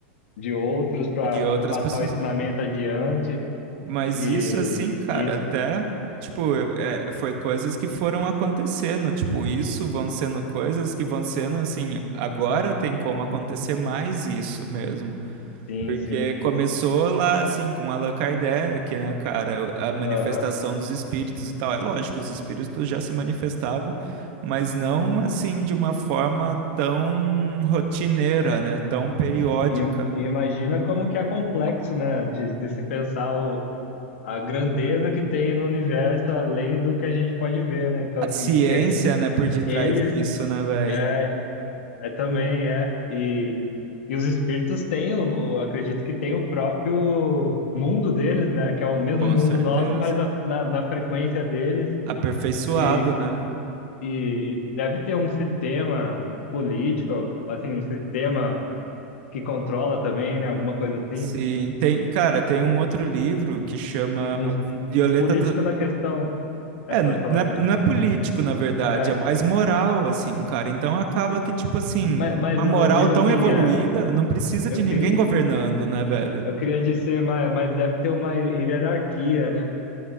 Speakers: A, on the left; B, on the right.
A: de outros para
B: De outras
A: passar
B: pessoas.
A: o ensinamento adiante
B: Mas
A: e
B: isso assim, cara,
A: isso,
B: até, tipo, eu- é, foi coisas que foram acontecendo, tipo, isso vão sendo coisas que vão sendo assim, agora tem como acontecer mais isso mesmo.
A: sim,
B: Porque
A: sim,
B: começou lá, assim, com Allan Kardec, né, cara, a manifestação
A: aham.
B: dos espíritos e tal. É lógico, os espíritos já se manifestavam, mas não assim de uma forma tão rotineira, né, tão periódica.
A: E, e imagina como que é complexo, né, de, de se pensar o, a grandeza que tem no universo além do que a gente pode ver, né, então
B: A
A: assim,
B: ciência,
A: porque
B: né, por detrás
A: eles,
B: disso, né, velho?
A: é, É também, é. E, e os espíritos têm, o, o- acredito que tem o próprio mundo deles, né? Que é o mesmo
B: Com
A: mundo
B: certeza.
A: nosso, mas a- na, na frequência deles,
B: Aperfeiçoado,
A: que
B: né?
A: e, e deve ter um sistema político, assim, um sistema que controla também, né? Alguma coisa assim.
B: Sim, tem, cara, tem um outro livro que chama
A: Um, um, um
B: Violeta
A: um político
B: da...
A: na questão. É,
B: É,
A: pode
B: n-
A: falar
B: não é,
A: isso aí.
B: não é político, na verdade,
A: É.
B: é mais moral, assim, cara. Então acaba que, tipo assim,
A: Mas, mas
B: uma
A: eu
B: moral
A: digo
B: tão
A: assim,
B: evoluída
A: é,
B: não precisa de
A: eu,
B: ninguém
A: queria
B: governando, né, velho?
A: eu queria dizer, mas, mas deve ter uma hierarquia, né?